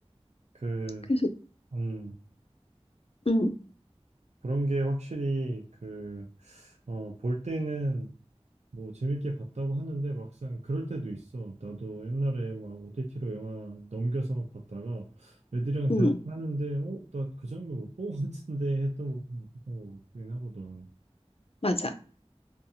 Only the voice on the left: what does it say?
그래서,
음,
음,
맞아.